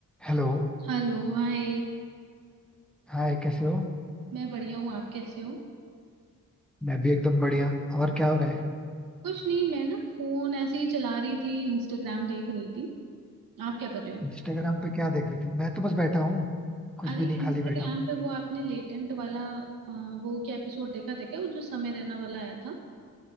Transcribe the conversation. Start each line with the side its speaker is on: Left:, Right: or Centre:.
Centre: हेलो
Right: Hello hi
Centre: हाय कैसे हो
Right: मैं बढ़िया हूँ आप कैसे हो
Centre: मैं भी एकदम बढ़िया और क्या हो रहा है
Right: कुछ नहीं मैं ना फोन ऐसे ही चला रही थी इंस्टाग्राम देख रही थी आप क्या कर रहे हो
Centre: इंस्टाग्राम पे क्या देख रहे थे मैं तो बस बैठा हूँ कुछ
Right: अरे
Centre: भी नहीं
Right: इंस्टाग्राम
Centre: खाली बैठा हूँ
Right: पे वो आपने लेटेंट वाला अ, वो क्या एपिसोड देखा था क्या वो जो समय रैना वाला आया था